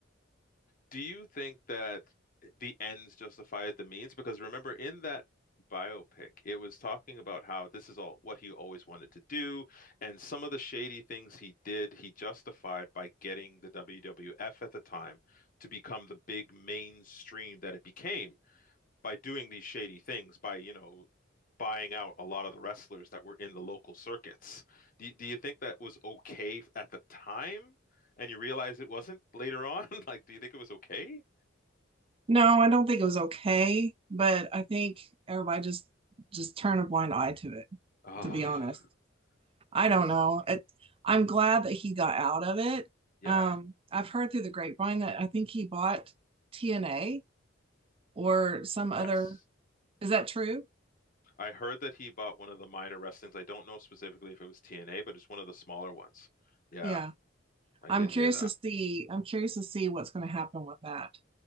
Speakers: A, on the left (about 45°); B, on the right (about 30°).
A: Do you think that the ends justified the means? Because remember, in that biopic, it was talking about how this is all what he always wanted to do, and some of the shady things he did, he justified by getting the WWF at the time to become the big mainstream that it became by doing these shady things, by, you know, buying out a lot of the wrestlers that were in the local circuits. Do, do you think that was okay at the time and you realize it wasn't later on? <laughs> Like, do you think it was okay?
B: No, I don't think it was okay, but I think everybody just just turned a blind eye to it,
A: Oh,
B: to be honest. I
A: I
B: don't
A: just,
B: know. It, I'm glad that he got out of it.
A: yeah,
B: Um, I've heard through the grapevine that I think he bought TNA or some other.
A: yes.
B: Is that true?
A: I heard that he bought one of the minor wrestlings. I don't know specifically if it was TNA, but it's one of the smaller ones. Yeah,
B: Yeah.
A: I
B: I'm
A: did
B: curious
A: hear that.
B: to see. I'm curious to see what's going to happen with that.